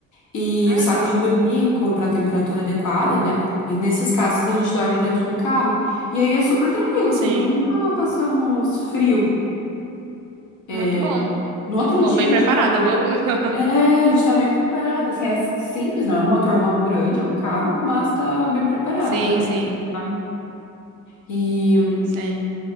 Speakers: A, on the left; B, on the right.
A: E
B: Ah,
A: o saco
B: legal.
A: de dormir com para temperatura adequada, né? pra- E nesses casos a gente dorme dentro do carro. E aí é super tranquilo, assim,
B: Sim,
A: nunca passamos frio. É,
B: muito bom.
A: no
B: Muito
A: outro
B: bom,
A: dia
B: bem
A: que
B: preparada,
A: a gente acordou,
B: viu? <laughs>
A: é, a gente tá bem preparado, assim, é simples, não é um motorhome grande, é um carro, mas tá bem preparado
B: Sim,
A: para ter.
B: sim,
A: sabe? E
B: sim.